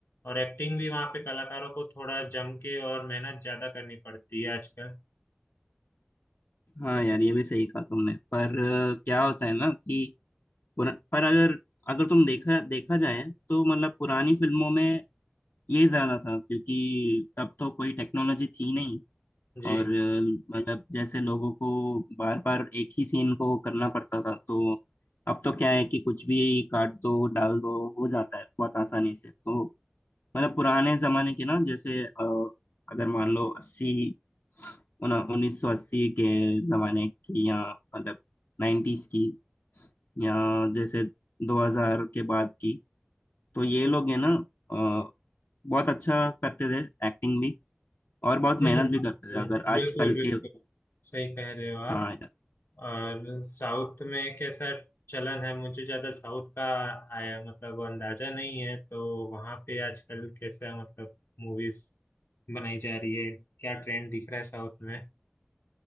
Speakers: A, on the left; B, on the left.
A: और एक्टिंग भी वहाँ पे कलाकारों को थोड़ा जम के और मेहनत ज्यादा करनी पड़ती है आजकल
B: हाँ
A: इस
B: यार ये भी सही कहा तुमने पर अ, क्या होता है ना कि पुरा- पर अगर अगर तुम देखा देखा जाए तो मतलब पुरानी फिल्मों में ये ज्यादा था क्योंकि तब तो कोई टेक्नोलॉजी थी नहीं
A: जी
B: और अ, मतलब जैसे लोगों को बार बार एक ही सीन को करना पड़ता था तो अब तो क्या है कि कुछ भी काट दो डाल दो हो जाता है बहुत आसानी से तो मतलब पुराने जमाने के ना जैसे अ, अगर मान लो अस्सी उन्नीस सौ अस्सी के जमाने की या मतलब नाइन्टीज की या जैसे दो हजार के बाद की तो ये लोग है ना अ, बहुत अच्छा करते थे एक्टिंग भी और बहुत
A: हम्म
B: मेहनत भी
A: हम्म,
B: करते थे अगर
A: बिल्कुल
B: आजकल
A: बिल्कुल
B: के
A: सही कह रहे हो आप
B: हाँ
A: और साउथ में कैसा चलन है मुझे ज्यादा साउथ का आया मतलब अंदाजा नहीं है तो वहां पे आजकल कैसा मतलब मूवीज बनाई जा रही है क्या ट्रेंड दिख रहा है साउथ में